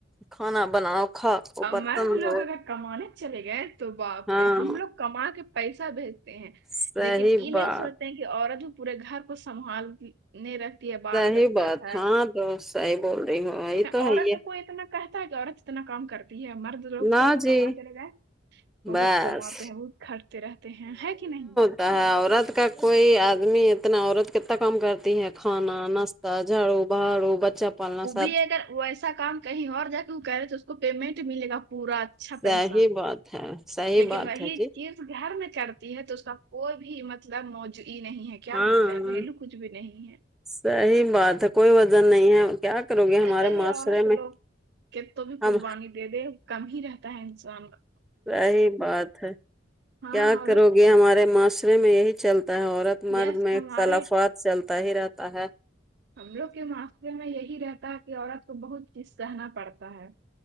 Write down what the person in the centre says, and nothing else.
کھانا بناؤ کھا برتن
دھو
ہاں
صحیح
بات
صحیح
بات
ہاں تو صحیح بول رہی ہو یہ تو
ہے ہی ہے
نہ
جی
بس
تا ہے عورت کا کوئی آدمی اتنا عورت کتنا کام کرتی ہے کھانا انس جھاڑو بہاڑو بچہ پالنا
سب
صحیح
بات ہے صحیح
بات
ہے جی
ہاں
صحیح بات ہے کوئی وزن نہیں ہے کیا کرو گے ہمارے
معاشرے
میں
ہم
رہی بات ہے
کیا
کرو گی ہمارے معاشرے میں یہی چلتا ہے عورت مرد
میں ایک
اقتلافت چلتا ہی رہتا ہے